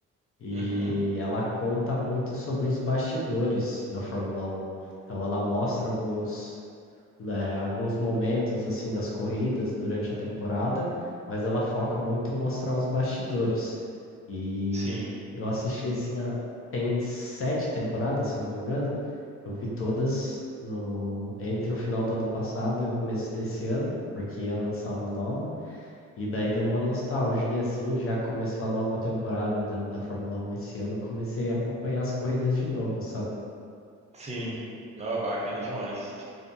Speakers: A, on the left; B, on the right.
A: e
B: Uhum,
A: ela conta muito sobre os bastidores da Fórmula 1. Então ela mostra alguns, né, alguns momentos assim das corridas durante a temporada, mas ela foca muito em mostrar os bastidores. E
B: sim,
A: eu assisti assim a, tem sete temporadas, se eu não me engano. Eu vi todas no entre o final do ano passado e o começo desse ano, porque ia lançar uma nova. E daí deu uma nostalgia, assim, já começou a nova temporada da, da Fórmula Um esse ano, eu comecei a acompanhar as corridas de novo, sabe?
B: sim. Não, é bacana demais.